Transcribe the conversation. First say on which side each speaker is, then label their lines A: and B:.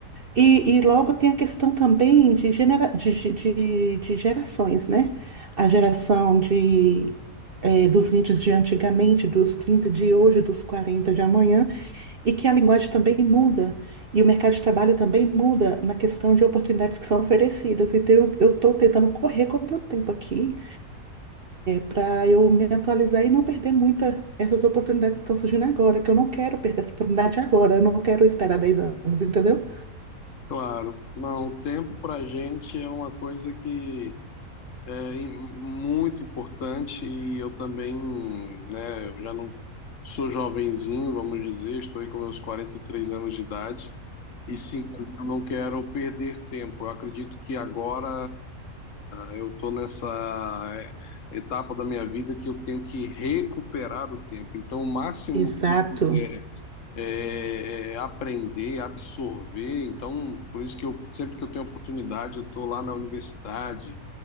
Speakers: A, on the right; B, on the left.
A: E, e logo tem a questão também de, genera de, de, de- de gerações, né? A geração de, eh, dos 20 de antigamente, dos 30 de hoje, dos 40 de amanhã, e que a linguagem também muda, e o mercado de trabalho também muda na questão de oportunidades que são oferecidas. Então, eu estou tentando correr contra o tempo aqui, para eu me atualizar e não perder muita essas oportunidades que estão surgindo agora, que eu não quero perder essa oportunidade agora, eu não quero esperar 10 anos, entendeu?
B: Claro, não, o tempo para a gente é uma coisa que É muito importante e eu também, né, eu já não sou jovenzinho, vamos dizer, estou aí com meus 43 anos de idade e sim, também eu não quero perder tempo. Eu acredito que agora eu estou nessa é, etapa da minha vida que eu tenho que recuperar o tempo. Então, o máximo
A: Exato,
B: que eu puder é, é, é aprender, absorver. Então, por isso que eu sempre que eu tenho oportunidade, eu estou lá na universidade